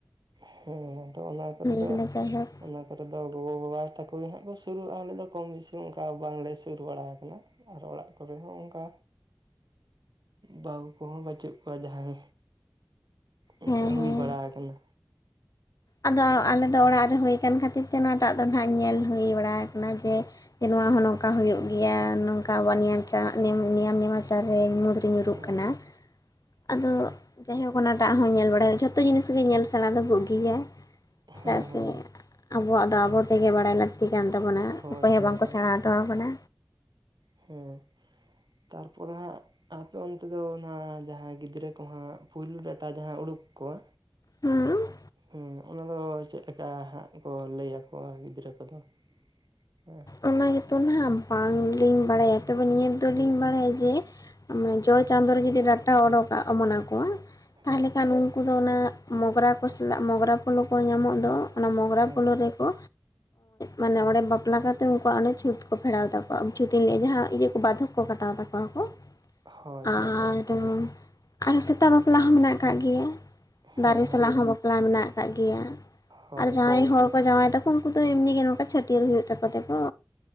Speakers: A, on the right; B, on the left.
A: ᱦᱮᱸ ᱟᱫᱚ ᱚᱱᱟ ᱠᱚᱨᱮ ᱫᱚ
B: ᱟᱠᱟᱱᱟ ᱡᱟᱭᱦᱳᱠ
A: ᱚᱱᱟ ᱠᱚᱨᱚ ᱫᱚ ᱜᱚᱜᱚ ᱵᱟᱵᱟ ᱛᱟᱠᱚ ᱜᱮ ᱦᱟᱸᱜ ᱠᱚ ᱥᱩᱨᱩᱜ-ᱟ ᱟᱞᱮ ᱫᱚ ᱠᱚᱢ ᱵᱤᱥᱤ ᱚᱝᱠᱟ ᱵᱟᱝ ᱞᱮ ᱥᱩᱨ ᱵᱟᱲᱟ ᱠᱟᱱᱟ᱾ ᱟᱨ ᱚᱲᱟᱜ ᱠᱚᱨᱮ ᱦᱚᱸ ᱚᱝᱠᱟ ᱵᱟᱹᱦᱩ ᱠᱚᱦᱚᱸ ᱵᱟᱹᱪᱩᱜ ᱠᱚᱣᱟ ᱡᱟᱦᱟᱭ ᱚᱝᱠᱟ
B: ᱦᱮᱸ
A: ᱦᱩᱭ
B: ᱦᱮᱸ
A: ᱵᱟᱲᱟ ᱠᱟᱱᱟ᱾
B: ᱟᱫᱚ ᱟᱞᱮ ᱫᱚ ᱚᱲᱟᱜ ᱨᱮ ᱦᱩᱭ ᱠᱟᱱ ᱠᱷᱟᱹᱛᱤᱨ ᱛᱮ ᱚᱱᱟ ᱴᱟᱜ ᱫᱚ ᱦᱟᱸᱜ ᱧᱮᱞ ᱦᱩᱭ ᱵᱟᱲᱟ ᱠᱟᱱᱟ ᱡᱮ ᱡᱮ ᱱᱚᱣᱟ ᱦᱚᱸ ᱱᱚᱝᱠᱟ ᱦᱳᱭᱳᱜ ᱜᱮᱭᱟ ᱱᱚᱝᱠᱟ ᱟᱵᱚᱣᱟᱜ ᱱᱮᱭᱟᱢ ᱪᱟᱜ ᱱᱮᱭᱟᱢ ᱱᱮᱢᱟ ᱪᱟᱨ ᱨᱮ ᱢᱩᱬ ᱧᱩᱨᱩᱜ
A: ᱦᱮᱸ
B: ᱠᱟᱱᱟ᱾ ᱟᱫᱚ ᱡᱟᱭᱦᱳᱠ ᱚᱱᱟ ᱫᱟᱜ ᱦᱚᱸᱭ ᱧᱮᱞ ᱵᱟᱲᱟᱭ ᱦᱳᱭᱳᱜ-ᱟ ᱡᱷᱚᱛᱚ ᱡᱤᱱᱤᱥ ᱜᱮ ᱧᱮᱞ ᱥᱮᱲᱟ ᱫᱚ ᱵᱩᱜᱤᱭᱟ᱾ ᱪᱮᱫᱟᱜ
A: ᱦᱮᱸ ᱦᱮᱸ
B: ᱥᱮ ᱟᱵᱚᱣᱟᱜ ᱫᱚ ᱟᱵᱚ ᱛᱮᱜᱮ ᱵᱟᱲᱟᱭ ᱞᱟᱹᱠᱛᱤ ᱠᱟᱱ ᱛᱟᱵᱚᱱᱟ᱾
A: ᱦᱳᱭ
B: ᱚᱠᱚᱭ ᱦᱚᱸ
A: ᱦᱳᱭ
B: ᱵᱟᱝ ᱠᱚ
A: ᱦᱳᱭ
B: ᱥᱮᱲᱟ ᱦᱚᱴᱚ ᱟᱵᱚᱱᱟ᱾
A: ᱦᱮᱸ᱾ ᱛᱟᱨᱯᱚᱨᱮ ᱦᱟᱸᱜ ᱟᱯᱮ ᱚᱱᱛᱮ ᱫᱚ ᱱᱟᱜ ᱡᱟᱦᱟ ᱜᱤᱫᱽᱨᱟᱹ ᱠᱚᱦᱟᱸᱜ ᱯᱩᱭᱞᱳ ᱰᱟᱴᱟ ᱡᱟᱦᱟᱸ ᱩᱰᱩᱠ ᱟᱠᱚᱣᱟ
B: ᱦᱩᱸ᱾
A: ᱦᱮᱸ ᱚᱱᱟᱫᱚ ᱪᱮᱫ ᱞᱮᱠᱟ ᱦᱟᱸᱜ ᱠᱚ ᱞᱟᱹᱭ ᱟᱠᱚᱣᱟ ᱜᱤᱫᱽᱨᱟᱹ ᱠᱚᱫᱚ ᱦᱮᱸ᱾
B: ᱚᱱᱟ ᱜᱮᱛᱚ ᱱᱟᱦᱟᱜ ᱵᱟᱝ ᱞᱤᱧ ᱵᱟᱲᱟᱭ-ᱟ᱾ ᱛᱚᱵᱮ ᱱᱤᱭᱟᱹ ᱫᱚᱞᱤᱧ
A: ᱦᱩᱸ
B: ᱵᱟᱲᱟᱭ-ᱟ ᱡᱮ
A: ᱦᱩᱸ
B: ᱡᱚᱲ
A: ᱦᱩᱸ
B: ᱪᱟᱸᱫᱳ ᱨᱮ ᱡᱩᱫᱤ ᱰᱟᱴᱟ ᱚᱰᱚᱠ ᱚᱢᱚᱱᱟ ᱠᱚᱣᱟ
A: ᱦᱩᱸ
B: ᱛᱟᱞᱦᱮ ᱠᱷᱟᱱ ᱩᱱᱠᱩ ᱫᱚ ᱚᱱᱟ ᱢᱚᱜᱨᱟ ᱠᱚ ᱥᱟᱞᱟᱜ ᱢᱚᱜᱨᱟ ᱯᱷᱚᱞᱚ ᱠᱚ ᱧᱟᱢᱚᱜ ᱫᱚ ᱚᱱᱟ ᱢᱚᱜᱽᱨᱟ
A: ᱦᱩᱸ
B: ᱯᱳᱞᱳ
A: ᱦᱩᱸ
B: ᱨᱮᱠᱚ ᱢᱟᱱᱮ ᱚᱸᱰᱮ ᱵᱟᱯᱞᱟ ᱠᱟᱛᱮ ᱛᱚ ᱩᱱᱠᱩᱣᱟᱜ ᱚᱱᱟ ᱪᱷᱩᱸᱛ ᱠᱚ ᱯᱷᱮᱨᱟᱣ ᱛᱟᱠᱚᱣᱟ ᱪᱷᱩᱸᱛ ᱤᱧ ᱞᱟᱹᱭᱮᱜ-ᱟ ᱡᱟᱦᱟ ᱤᱭᱟᱹ ᱠᱚ ᱵᱟᱫᱷᱚᱠ ᱠᱚ ᱠᱟᱴᱟᱣ ᱛᱟᱠᱚᱣᱟ ᱠᱚ᱾
A: ᱦᱳᱭ
B: ᱟᱨ
A: ᱦᱳᱭ ᱦᱳᱭ
B: ᱟᱨᱚᱸ ᱥᱮᱛᱟ ᱵᱟᱯᱞᱟ ᱦᱚᱸ ᱢᱮᱱᱟᱜ ᱠᱟᱜ ᱜᱮᱭᱟ
A: ᱦᱩᱸ
B: ᱫᱟᱨᱮ
A: ᱦᱩᱸ
B: ᱥᱟᱞᱟᱜ ᱦᱚᱸ ᱵᱟᱯᱞᱟ ᱢᱮᱱᱟᱜ ᱠᱟᱜ ᱜᱮᱭᱟ᱾
A: ᱦᱳᱭ
B: ᱟᱨ ᱡᱟᱦᱟᱭ
A: ᱦᱳᱭ
B: ᱦᱚᱲ ᱠᱚ ᱡᱟᱶᱟᱭ ᱛᱟᱠᱚ ᱩᱱᱠᱩ ᱫᱚ ᱮᱢᱱᱤ ᱜᱮ ᱱᱚᱝᱠᱟ ᱪᱷᱟᱹᱴᱭᱟᱹᱨ ᱦᱩᱭᱩᱜ ᱛᱟᱠ ᱠᱚᱛᱮ ᱠᱚ